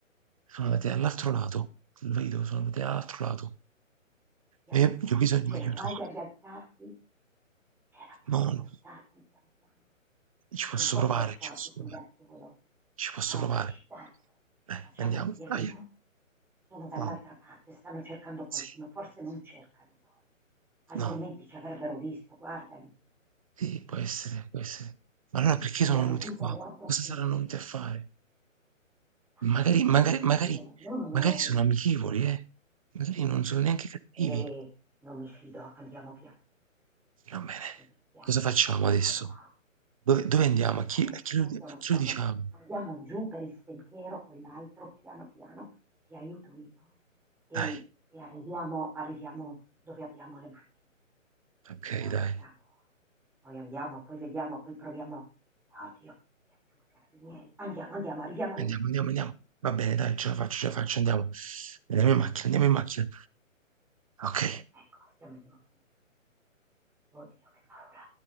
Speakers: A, on the right; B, in the centre.
A: sono andati dall'altro lato. Lo vedo, sono andati dall'altro lato.
B: Piano,
A: Eh,
B: piano.
A: io ho bisogno
B: Ce
A: di
B: la
A: aiuto.
B: fai a rialzarti? Ce la fai
A: No,
B: a
A: no,
B: rialzarti piano, piano.
A: ci posso
B: Non posso
A: provare,
B: lasciarti
A: ci posso
B: qui
A: provare,
B: da solo.
A: ci posso
B: Provaci,
A: provare.
B: dai.
A: Eh,
B: Facciamo
A: andiamo,
B: piano.
A: dai.
B: Sono dall'altra
A: No,
B: parte, stanno cercando qualcuno.
A: sì,
B: Forse non cercano noi, altrimenti
A: no,
B: ci avrebbero visto. Guardali.
A: sì, può essere, può essere. Ma allora perché
B: Andiamo,
A: sono venuti
B: andiamo. Andiamo giù per
A: qua?
B: l'altro
A: Cosa
B: sentiero.
A: saranno venuti a fare?
B: Stanno
A: Magari,
B: cercando
A: magari,
B: qualcuno,
A: magari,
B: non noi.
A: magari sono amichevoli, eh? Magari non sono neanche cattivi.
B: E non mi fido, andiamo piano.
A: Va bene,
B: Mi dispiace.
A: cosa facciamo
B: Ho
A: adesso?
B: paura.
A: Dove, dove andiamo?
B: Andiamo
A: A chi, a chi
B: via
A: lo, a
B: piano piano,
A: chi lo diciamo?
B: andiamo giù per il sentiero, quell'altro, piano piano, ti aiuto io e,
A: Dai,
B: e arriviamo, arriviamo dove abbiamo le macchine
A: ok,
B: e poi
A: dai.
B: vediamo, poi andiamo, poi vediamo, poi proviamo. Oddio, chiamiamo i carabinieri, andiamo, andiamo, arriviamo
A: Andiamo,
B: alle macchine.
A: andiamo, andiamo. Va bene, dai, ce la faccio, ce la faccio, andiamo. Andiamo in macchina, andiamo in macchina. Ok.
B: Ecco, siamo alle macchine. Oddio, che paura.